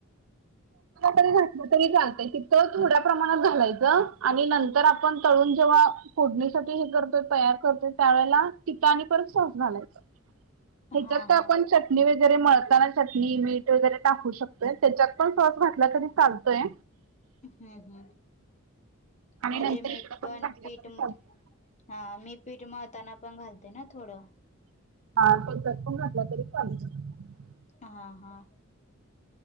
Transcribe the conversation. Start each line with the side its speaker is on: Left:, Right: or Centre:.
Right: तरी घातलं तरी चालतय क थोड्या प्रमाणात घालायचं आणि नंतर आपण तळून ण जेव्हा फोडणीसाठी हे करतोय तयार करतोय त्यावेळेला तित आणि परत सॉस घालायच. त्याच्यात
Left: हा
Right: तर आपण
Left: हा.
Right: चटणी वगैरे मळताना चटणी मीठ वगैरे टाकू शकतोय त्याच्यात पण सॉस घातला तरी चालतोय.
Left: हम्म हम्म
Right: आणि
Left: म्हणजे
Right: नंतर
Left: मी
Right: इकडं
Left: पण
Right: घातला
Left: पीठ
Right: तरी चालतोय.
Left: हा मी पीठ म मळताना पण घालते ना थोडं
Right: <unintelligible>
Left: हा हा